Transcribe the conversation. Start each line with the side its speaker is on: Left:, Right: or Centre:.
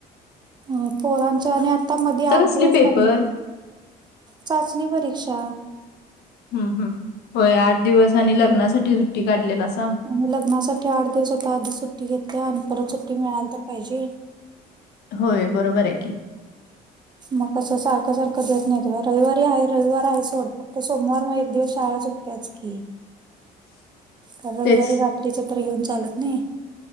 Right: ह पोरांच्या आणि आता मध्ये आठ
Left: कसली
Right: दिवस
Left: पेपर
Right: लग्न चाचणी परीक्षा
Left: हम् हम् होय आठ दिवस आणि लग्नासाठी सुट्टी काढलेल असा
Right: आणि लग्नासाठी आठ दिवस होता आधी सुट्टी घेतल्या आणि परत सुट्टी मिळाल तर पाहिजे
Left: होय बरोबर आहे की
Right: मग कसं सारखं सारखं देत नाही रविवारी आहे रविवार आहे सोड फक्त सोमवार मग एक दिवस शाळा च त्याच की
Left: <inaudible>
Right: कार रविवारी
Left: तेच
Right: रात्रीच तर येऊन चालत नाही